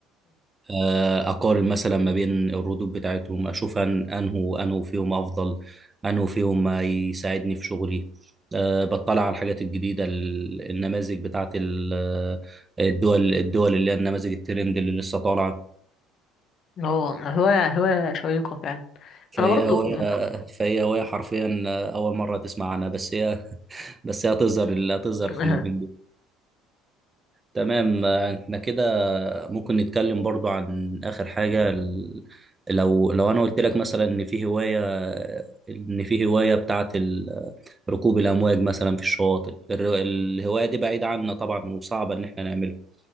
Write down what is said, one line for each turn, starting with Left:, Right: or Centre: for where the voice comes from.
Right: آه، اقارن مثلا ما بين الردود بتاعتهم اشوف أن- انه انه فيهم افضل انه فيهم ما يساعدني في شغلي أه بطلع على الحاجات الجديدة ال- النماذج بتاعت ال- الدول الدول اللي هي النماذج الترند اللي لسه طالعة
Left: هو هواية هواية شيقة فعلا
Right: فهي
Left: أنا برضو
Right: هواية فهي هواية حرفيا أول مرة تسمع عنها بس هي بس هي هتظهر هتظهر
Left: <laughs>
Right: في اليومين دول تمام آه، احنا كده ممكن نتكلم برضو عن آخر حاجة ال- لو لو أنا قلت لك مثلا إن في هواية إن في هواية بتاعة ال- ركوب الأمواج مثلا في الشواطئ الر- الهواية دي بعيدة عنا طبعا وصعبة إن احنا نعملها